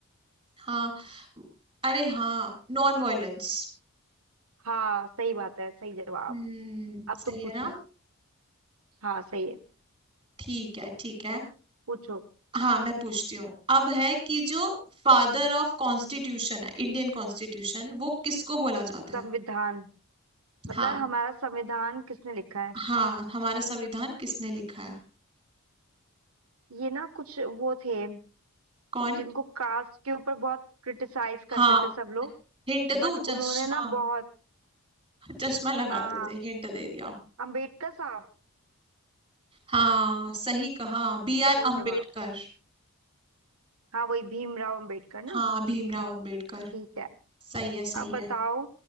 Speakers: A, on the right; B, on the right.
A: हाँ अरे हाँ नॉन वायलेंस
B: हाँ सही बात है सही जवाब
A: हम्म
B: अब
A: सही
B: तुम पूछो
A: है ना
B: हाँ सही है
A: ठीक है ठीक है
B: पूछो
A: हाँ मैं पूछती हूँ अब है कि जो फादर ऑफ कॉन्स्टिट्यूशन है इंडियन कॉन्स्टिट्यूशन वो किसको बोला जाता है
B: संविधान मतलब
A: हाँ
B: हमारा संविधान किसने लिखा है
A: हाँ हमारा संविधान किसने लिखा है
B: ये ना कुछ वो थे
A: कौन
B: जिनको कास्ट के ऊपर बहुत क्रिटिसाइज
A: हाँ
B: करते थे सब लोग
A: हिंट दो
B: बट उन्होंने
A: चश्मा
B: ना बहुत
A: चश्मा लगाते
B: हाँ हाँ
A: थे हिंट दे दिया
B: अंबेडकर साहब
A: हाँ सही कहा B are
B: सही
A: Ambedkar
B: जवाब हाँ वही भीमराव अंबेडकर ना
A: हाँ भीमराव अम्बेडकर
B: ठीक है
A: सही है सही
B: अब बताओ
A: है